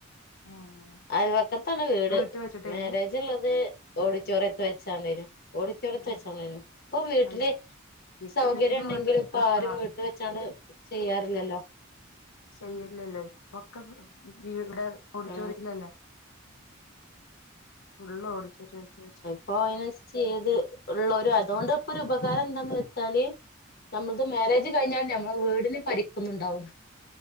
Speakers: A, on the left; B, on the left.
A: ഏഹ്
B: അൽവക്കത്താണ് വീട്
A: വീട്ട് വെച്ചിട്ടേനി
B: മാരേജിള്ളത് ഓഡിറ്റോറിയത്ത് വെച്ചാണേനു ഓഡിറ്റോറിയത്ത്
A: ഏഹ്
B: വെച്ചാണേനു ഇപ്പൊ വീട്ടില്
A: അത് ഇപ്പൊ
B: സൗകര്യം
A: എല്ലാരും
B: ഉണ്ടെങ്കിലും
A: വീട്ടില്
B: ഇപ്പൊ
A: ആഹ്
B: ആരും വീട്ട് വെച്ചാണ്ട് ചെയ്യാറില്ലല്ലോ
A: ചെയ്യല്ലല്ലോ ഇപ്പൊക്കെ വ് വീട് ഓഡിറ്റോറിയത്തിലല്ലേ
B: ഉം
A: ഫുള്ള് ഓഡിറ്റോറിയത്തിൽ വെച്ചിട്ട്
B: പ്പൊ അയിനനുസരിച്ച് ഏത് ഉള്ളൊരും അതോണ്ട് ഇപ്പൊ ഒരു ഉപകാരം എന്താന്ന് വെച്ചാല് നമ്മൾത് മാരേജ് കഴിഞ്ഞാല് ഞമ്മളെ വീടിന് പരിക്കൊന്നും ഉണ്ടാവുല.